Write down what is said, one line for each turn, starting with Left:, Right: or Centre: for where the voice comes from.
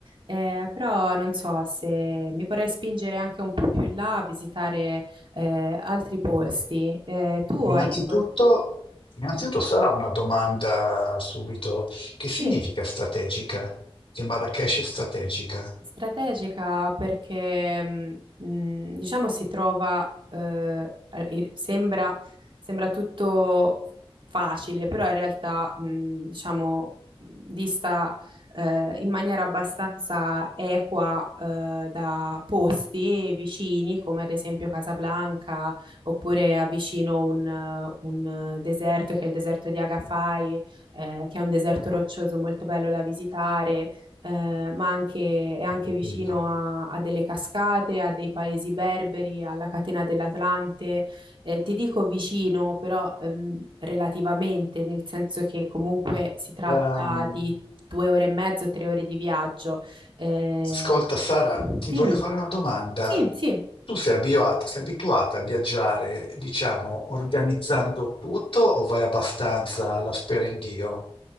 Right: Eh, però non so se mi vorrei spingere anche un po' più in là a visitare eh, altri posti. Eh, tu
Left: Innanzitutto,
Right: hai... dei po-
Left: innanzitutto sarà una domanda subito. Che significa
Right: Sì.
Left: strategica? Che Marrakesh è strategica?
Right: Strategica perché, mh, mh, diciamo, si trova, eh, eh, sembra, sembra tutto facile, però in realtà, mh, diciamo, mm, dista, eh, in maniera abbastanza equa, eh, da posti vicini, come ad esempio Casablanca, oppure avvicino un, eh, un deserto, che è il deserto di Agafai, eh, che è un deserto roccioso molto bello da visitare eh, ma anche, è anche
Left: Ho capito.
Right: vicino a, a delle cascate, a dei paesi berberi, alla catena dell'Atlante. Eh, ti dico vicino, però ehm, relativamente, nel senso che comunque si tratta
Left: Ehm,
Right: di due ore e mezzo, tre ore di viaggio. Eh,
Left: ascolta Sara,
Right: dimmi,
Left: ti voglio fare una domanda.
Right: sì, sì.
Left: Tu sei abituata, sei abituata a viaggiare, diciamo, organizzando tutto o vai abbastanza alla spera in Dio?